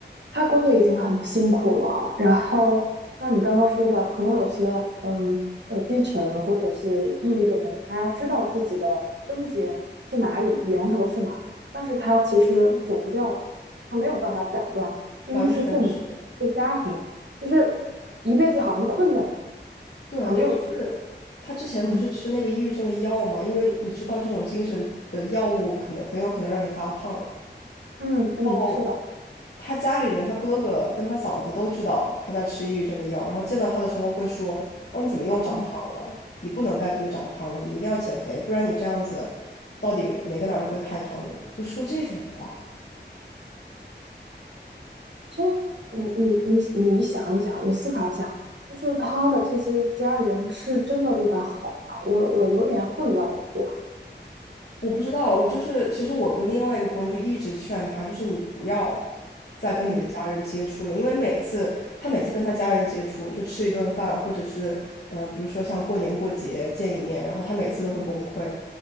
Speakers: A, on the right; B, on the left.
A: 他工作已经很辛苦了啊，然后像你刚刚说的，可能有些嗯呃低沉或者是抑郁的人，他知道自己的症结是哪里，源头是哪，但是他其实走不掉，他没有办法斩断，因为是父母，
B: 完全是。
A: 是家庭，就是一辈子好像困在那儿，
B: 对，
A: 好像没有出国。
B: 他就是他之前不是吃那个抑郁症的药嘛，
A: 嗯
B: 因为你知道这种精神的药物可能很有可能让你发胖。
A: 嗯嗯，
B: 哦，
A: 是的，
B: 他家里人，他哥哥跟他嫂子都知道他在吃抑郁症的药，然后见到他的时候会说：“哦，你怎么又长胖了？
A: 嗯
B: 你不能再这么长胖了，你一定要减肥，不然你这样子，到底哪个男的会看上你？”就说这种话。
A: 其实你你你你想一想，你思考一下，就是他的这些家人是真的为他好吗？我我有点混乱了都，
B: 我不知道，我就是其实我跟另外一个朋友就一直劝他，就是你不要再跟你的家人接触了，
A: 嗯
B: 因为每次他每次跟他家人接触，就吃一顿饭，或者是嗯、呃比如说像过年过节见一面，然后他每次都会崩溃，